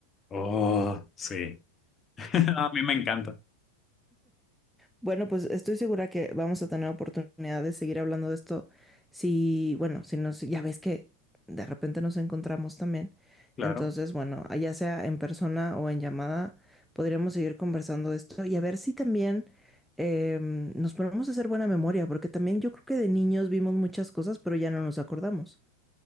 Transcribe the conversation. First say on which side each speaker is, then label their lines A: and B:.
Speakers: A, on the left; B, in the centre.
A: Oh, sí. <laughs> A mí me encanta.
B: Bueno, pues estoy segura que vamos a tener oportunidad de seguir hablando de esto. Si, bueno, si nos, ya ves que de repente nos encontramos también.
A: Claro,
B: Entonces, bueno, ya sea en persona o en llamada, podríamos seguir conversando de esto y a ver si también eh, nos ponemos a hacer buena memoria, porque también yo creo que de niños vimos muchas cosas, pero ya no nos acordamos.